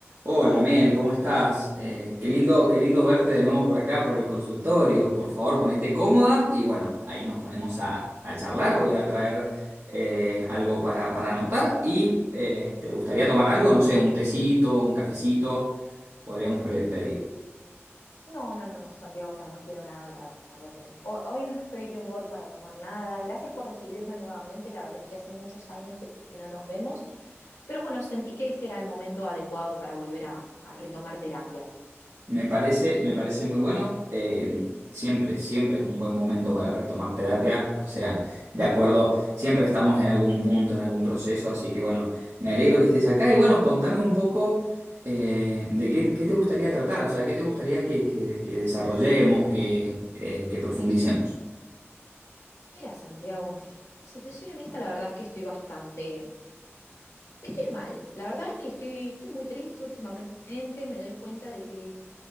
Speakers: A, on the right (about 65°); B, on the left (about 80°).
A: Hola Mel, ¿cómo estás? Eh, qué lindo, qué lindo verte de nuevo por acá, por el consultorio. Por favor, ponete cómoda y bueno, ahí nos ponemos a, a charlar. Voy a traer eh, algo para, para anotar y eh, ¿te gustaría tomar algo? No sé, un tecito, un cafecito, podríamos pre- pedir.
B: No, no, no, no, Santiago, no, no quiero nada, la verdad que no. Ho- Hoy no estoy de humor para tomar nada. Gracias por recibirme nuevamente. La verdad es que hace muchos años que no nos vemos, pero bueno, sentí que este era el momento adecuado para volver a, a retomar terapia.
A: Me parece, me parece muy bueno. Eh, siempre, siempre es un buen momento para retomar terapia. O sea, de acuerdo, siempre estamos en algún punto, en algún proceso. Así que bueno, me alegro que estés acá. Y bueno, contame un poco eh, de qué, qué te gustaría tratar. O sea, qué te gustaría que, que- que desarrollemos, que, eh, que profundicemos.
B: Mira, Santiago, si te soy honesta, la verdad es que estoy bastante, estoy mal. La verdad es que estoy, estoy muy triste últimamente. Me doy cuenta de que